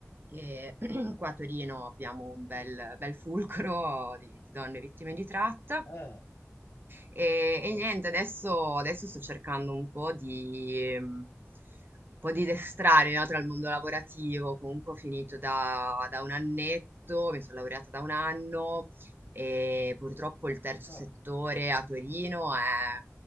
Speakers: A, on the right (about 40°); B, on the left (about 45°).
A: che <clears throat> qua a Torino abbiamo un bel,
B: sì.
A: bel fulcro di, di donne vittime di tratta
B: eh,
A: e, e
B: tosto.
A: niente, adesso, adesso sto cercando un po' di, mm, un po' di destrarmi, no, tra il mondo lavorativo. Comunque ho finito da, da un annetto, mi sono laureata da un anno e purtroppo il terzo
B: Ah,
A: settore a Torino è,